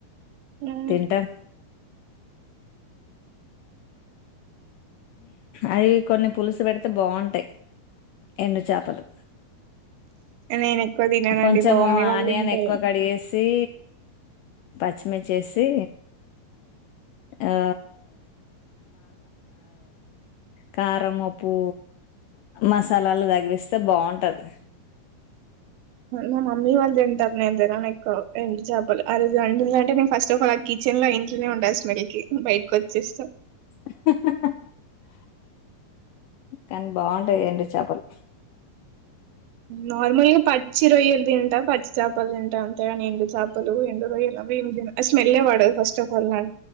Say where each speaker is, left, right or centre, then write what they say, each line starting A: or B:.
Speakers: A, on the right; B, on the left.
A: ఉమ్.
B: తిన్టా అవి కొన్ని పులుసు పెడితే బాగుంటాయి ఎండు చేపలు
A: నేను ఎక్కువ తిననండి
B: కొంచెము
A: మా మమ్మీ వాళ్ళు
B: ఆనియన్
A: తింటారు
B: ఎక్కువ కడిగేసి పచ్చిమిర్చేసి ఆ కారం ఉప్పు మసాలాలు తగిలిస్తే బాగుంటది
A: మా మమ్మీ వాళ్ళు తింటారు నేను తినను ఎక్కువ రండు చేపలు ఆ రోజు రండు అంటే నేను ఫస్ట్ ఆఫ్ ఆల్ ఆ కిచెన్ లో ఇంట్లోనే ఉండాలి స్మెల్ కి బయటకి వచ్చేస్త
B: హహ కానీ బాగుంటాయి ఏండు చేపలు
A: నార్మల్గ పచ్చి రొయ్యలు తింట పచ్చి చేపలు తింటా అంతే కానీ ఎండు చేపలు ఎండు రొయ్యలు అవి స్మెల్ఎ పడదు ఫస్ట్ ఆఫ్ ఆల్ నా